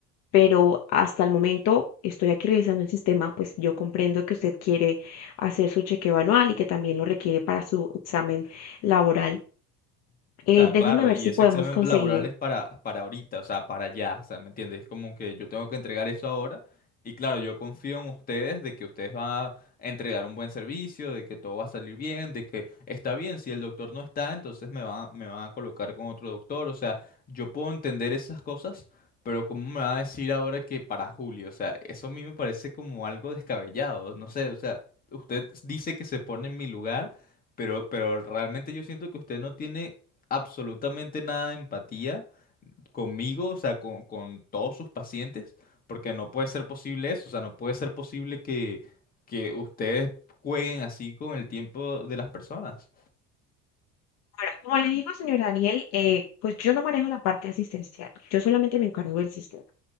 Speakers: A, on the left; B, on the left.
A: pero hasta el momento estoy aquí revisando el sistema, pues yo comprendo que usted quiere hacer su chequeo anual y que también lo requiere para su examen laboral. Eh,
B: O sea,
A: déjeme
B: claro,
A: ver
B: y
A: si
B: ese
A: podemos
B: examen
A: conseguir.
B: laboral es para, para ahorita, o sea, para allá, o sea, ¿me entiendes? Es como que yo tengo que entregar eso ahora y claro, yo confío en ustedes de que ustedes van a entregar un buen servicio, de que todo va a salir bien, de que está bien, si el doctor no está, entonces me van, a- me van a colocar con otro doctor, o sea, yo puedo entender esas cosas, pero ¿cómo me va a decir ahora que para julio? O sea, eso a mí me parece como algo descabellado, no sé, o sea, usted dice que se pone en mi lugar. Pero, pero realmente yo siento que usted no tiene absolutamente nada de empatía conmigo, o sea, con, con todos sus pacientes, porque no puede ser posible eso, o sea, no puede ser posible que, que ustedes jueguen así con el tiempo de las personas.
A: Ahora, como le digo, señor Daniel, eh, pues yo no manejo la parte asistencial, yo solamente me encargo del sistema.